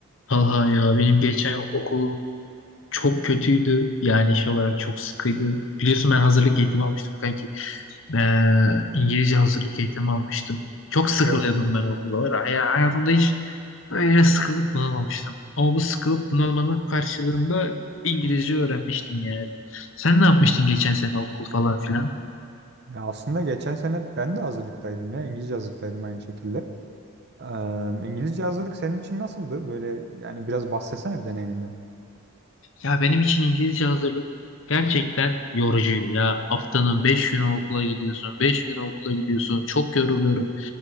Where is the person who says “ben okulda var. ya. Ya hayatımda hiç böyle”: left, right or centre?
Left